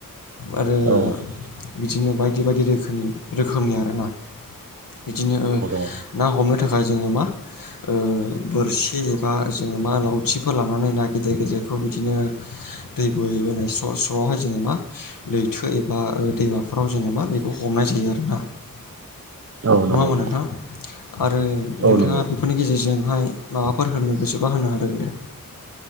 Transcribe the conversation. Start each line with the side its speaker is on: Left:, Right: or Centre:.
Left: आरो
Right: औ दङ
Left: बिदिनो बायदि बायदि रोखोमनि रोखोमनि आरोना बिदिनो ओ
Right: औ
Left: ना हमनो थाखाय जोङो मा ओ बोरसि एबा जोङो मा लावथिफोर लानानै ना गिदिर गिदिर खौ बिदिनो दै बोहैबोनाय स्र' स्र' आवहाय जोङो मा लैथो एबा ओ दैमाफोराव जोङो मा बेखौ हमनाय जायो आरो ना।
Right: नंगौ
Left: नङा
Right: नंगौ
Left: होनबा नोंथां? आरो
Right: औ
Left: नोंथाङा
Right: नंगौ
Left: बेफोरनि गेजेरजोंहाय माबाफोर होननो गोसोबा होननो हागोन दे।